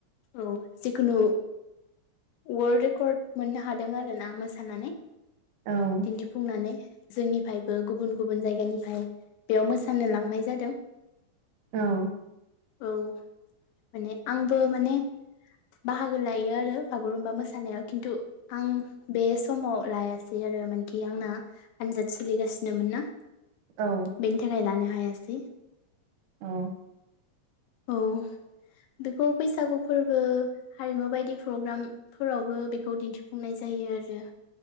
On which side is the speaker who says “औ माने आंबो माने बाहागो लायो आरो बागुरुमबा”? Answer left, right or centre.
Left